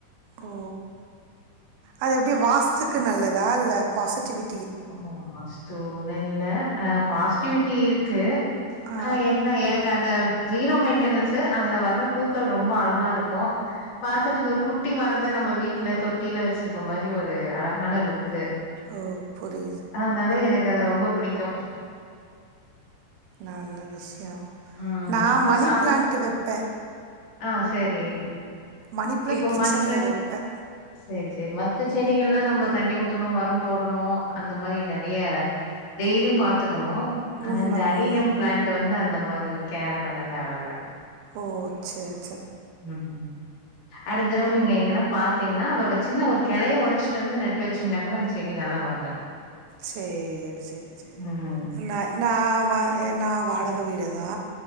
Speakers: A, on the left; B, on the right.
A: ஆஹ
B: ஓ அது எப்டி வாஸ்துக்கு நல் லதா இல்ல பாசிட்டிவி
A: ஓ வாஸ்தூனில்ல ஆ பாசிட்டிவிட்டி இருக்கு
B: ஆ
A: ஆனா என்ன எனக்கு அந்த ஜீரோ மெயிடெனன்ஸு அதுல வர்ற பூக்கள் ரொம்ப அழகா இருக்கு பாக்கறதுக்கு ஒரு குட்டி மரத்த நம்ம வீட்ல தொட்டியில வச்சிருக்க மாரி ஒரு அழகான லுக்
B: ஓ புரி
A: ஆனாலு எனக்கு அது ரொம்ப புடிக்கு
B: நல்ல விஷய யா
A: ம்
B: நா
A: இப்ப
B: மணி
A: சாதா
B: பிளான்ட்டு வெப்பே
A: ஆ செரி
B: மணி பிளான்ட்
A: இப்ப
B: கிச்சன்ல
A: மற்ற
B: வெப்பே
A: செரி செரி மத்த செடிகள்லா நம்ம தண்ணி ஊத்தணு ஒரம் போடணு அந்த மாரி நெறய டெய்லி பாத்துக்கணு ஆனா
B: உண்ம
A: இந்த அடீனியம்
B: உண்ம
A: பிளான்ட் வந்து அந்த மாதிரி கேர் பண்ண தேவல்ல
B: ஓ சேரி
A: ம் அடுத்தடவ நீங்க எங்கனா பாத்திங்கெனா அதோட சின்ன ஒரு கெளய ஒடச்சிட்டு வந்து நட்டு வச்சீங்கனா கூட அந்த செடி நல்லா வந்துரு
B: சேரி சேரி சேரி சேரி
A: ம்
B: ந ந வா ந வாடக வீடு வீடுதா